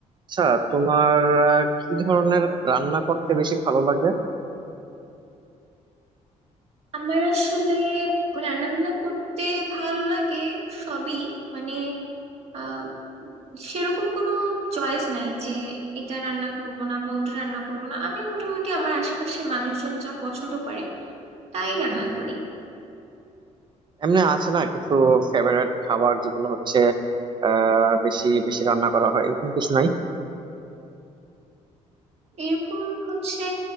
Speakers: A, on the right; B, on the right.
A: আচ্ছা তোমার আহ, কি ধরনের রান্না করতে বেশি ভালো লাগে
B: আমার আসলে রান্না বান্না করতে ভালো লাগে সবই মানে আহ সেরকম কোনো চয়েস নাই যে এটা রান্না করব না বা ওটা রান্না করব না আমি মোটামুটি আমার আশেপাশের মানুষজন যা পছন্দ করে তাই রান্না করি
A: এমনি আছে না কিছু ফেভারিট খাবার যেগুলো হচ্ছে আহ বেশি বেশি রান্না করা হয় এরকম কিছু নাই
B: এরকম হচ্ছে